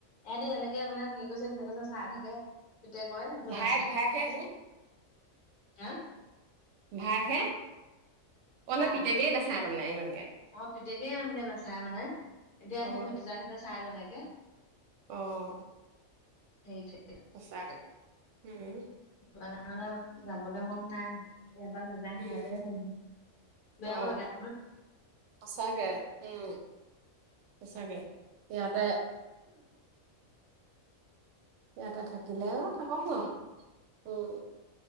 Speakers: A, on the left (about 45°); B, on the right (about 70°).
A: ইহতি যেনেকে মানে কি কৈছে কি নকৈছে চাই থাকে তেতিয়া কয় একো
B: ভায়েক
A: নাচাই।
B: ভায়েকহে সেইটো
A: হা
B: ভায়েক হে অ মানে
A: কাৰ
B: পিতেকে নাচাই তামানে ইমান।
A: অ পিতেকেই ইমানকে নাচাই মানে এতিয়া
B: অ
A: সিহতি ভতিজা সঁতে চাই যেনেকে।
B: অ
A: সেইটোৱে
B: সচাকে উম।
A: সেইটো কাৰণ যাবলৈ মন নাই ইয়াৰ পৰা নাযায়
B: উম
A: সিহঁতে মন যায়। বেয়াও
B: অ
A: লাগে।
B: সঁচাকে উম সঁচাকে ইয়াতে। ইয়াতে থাকিলেও থাকক ন উম।